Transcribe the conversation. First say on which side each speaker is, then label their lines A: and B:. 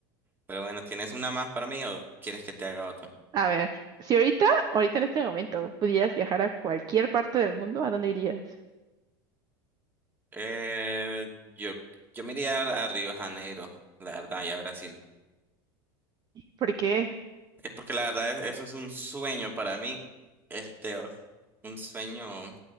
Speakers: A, on the right; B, on the right.
A: Pero bueno, ¿tienes una más para mí o quieres que te haga otra?
B: A ver, si ahorita, ahorita en este momento, pudieras viajar a cualquier parte del mundo, ¿a dónde irías?
A: Eh, yo, yo me iría a a Río de Janeiro, la verdad, y a Brasil.
B: ¿Por qué?
A: Es porque la verdad es- eso es un sueño para mí. Este, o- un sueño,